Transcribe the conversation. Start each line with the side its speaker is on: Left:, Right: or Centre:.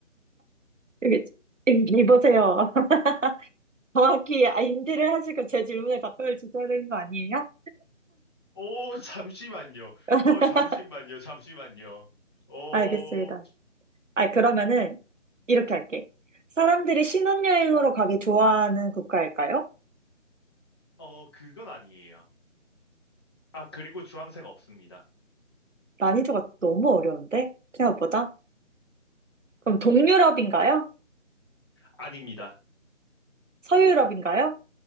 Right: 여기 여기 보세요. <laughs> 정확히 아, 인지를 하시고 제 질문에 답변을 주셔야 되는 거 아니에요?
Left: 오, 잠시만요.
Right: <laughs>
Left: 어, 잠시만요. 잠시만요. 어,
Right: 알겠습니다. 아, 그러면은 이렇게 할게. 사람들이 신혼여행으로 가기 좋아하는 국가일까요?
Left: 어, 그건 아니에요. 아, 그리고 주황색 없습니다.
Right: 난이도가 너무 어려운데? 생각보다. 그럼 동유럽인가요?
Left: 아닙니다.
Right: 서유럽인가요?